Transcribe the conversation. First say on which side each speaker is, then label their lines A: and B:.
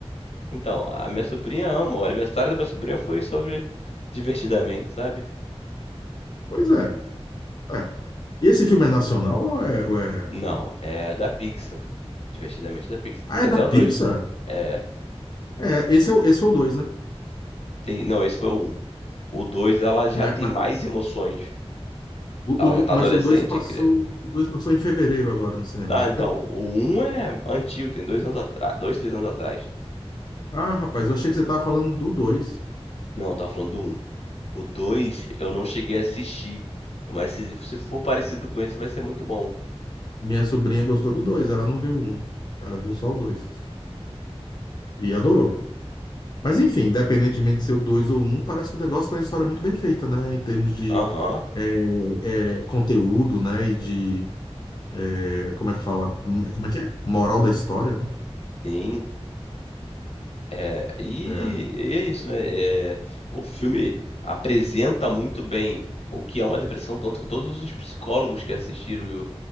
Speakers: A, on the left (about 70°); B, on the left (about 40°).
A: Então, a minha sobrinha ama. O aniversário da minha sobrinha foi sobre divertidamente, sabe?
B: Pois é. é. E esse filme é nacional ou é, ou é-
A: Não, é da Pixar. Divertidamente da Pixar.
B: Ah,
A: Tem
B: é da
A: até
B: Pixar?
A: o dois. É,
B: É, esse é, o- esse é o 2, né?
A: tem, não, esse foi o um. O dois ela já
B: Mas,
A: tem
B: mas
A: mais emoções.
B: o,
A: Ela
B: o do-
A: já tá
B: mas
A: adolescente.
B: o 2 passou,
A: cria-
B: o 2 passou em fevereiro agora nos cinemas,
A: Ah,
B: não
A: então,
B: foi?
A: o um é antigo, tem dois anos atrás, dois, três anos atrás.
B: Ah, rapaz, eu achei que você tava falando do 2.
A: Não, tá falando do um. O dois eu não cheguei a assistir, mas se, se for parecido com esse vai ser muito bom.
B: Minha sobrinha gostou do 2. ela não viu o 1. Ela viu só o 2 E adorou. Mas enfim, independentemente de ser o dois ou um, parece que o negócio tem uma história muito bem feita, né? Em termos de
A: Aham,
B: é, é, conteúdo, né? E de, é, como é que fala? Hum, Como é que é? Moral da história, né?
A: sim. É, e,
B: É,
A: e é isso, né? É, o filme apresenta muito bem o que é uma depressão, tanto que todos os psicólogos que assistiram